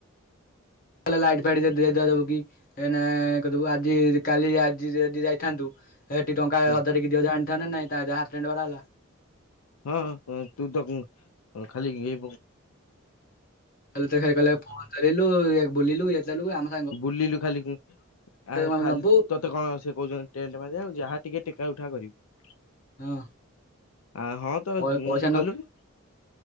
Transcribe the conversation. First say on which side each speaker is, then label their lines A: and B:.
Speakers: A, on the left (about 40°); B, on the left (about 80°).
A: କ ଲାଇଟ୍ ଫାଇଟ୍ ଦ‌ ଦେଇ ଦୁଇ ଦଶଟି। ଏନା କଦେବୁ ଆଜି କାଲି ଆଜି ଯଦି ଯାଇଥାନ୍ତୁ। ହେଠି ଟା
B: ହୁଁ
A: ହଜରେ କିି ହଜ ଆଣିଥା ନା ନାଇଁ ଯାହାର୍ ଟେଣ୍ଡ୍ ବାଡା ହେଲା।
B: ହଁ ହଁ ହଁ ତୁ ତ ଖାଲି ଇଏ
A: ଖାଲିତ କଲେ ଫୋନ୍ ଚଲେଇଲୁ ବୁଲିଲୁ ଇଏ ଚାଲୁ ଆନା
B: ବୁଲିଲୁ ଖାଲି ଆ
A: ଆମେ
B: ଖାଲି
A: ନବୁ
B: ତ ତ କଣ ସେ କୋହୁଚନ୍ତି ଟେଣ୍ଟ୍ ବାନ୍ଧିବାକୁ ଯାହା ଟିକେ ଟେକା ଉଠା କରିବି।
A: ହଁ
B: ଆ ହଁ ତ
A: ପ ପଇସା
B: ଗଲୁନୁ?